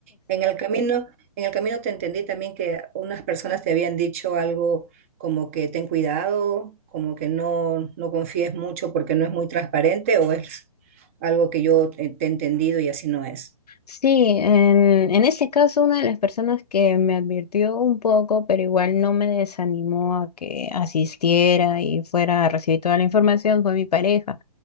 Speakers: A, on the right (about 20°); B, on the left (about 80°).
A: En el camino, en el camino te entendí también que unas personas te habían dicho algo como que ten cuidado, como que no, no confíes mucho porque no es muy transparente, o es algo que yo eh, te he entendido y así no es.
B: Sí, en, en ese caso una de las personas que me advirtió un poco, pero igual no me desanimó a que asistiera y fuera a recibir toda la información, fue mi pareja.